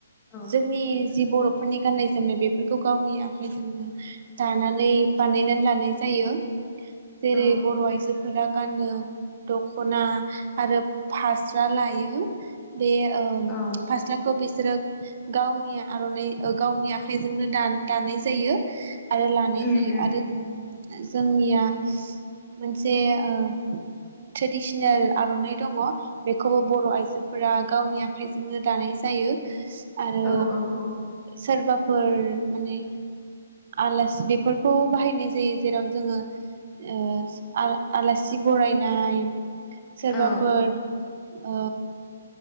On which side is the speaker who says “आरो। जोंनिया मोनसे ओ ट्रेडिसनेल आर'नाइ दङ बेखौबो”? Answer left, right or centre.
Right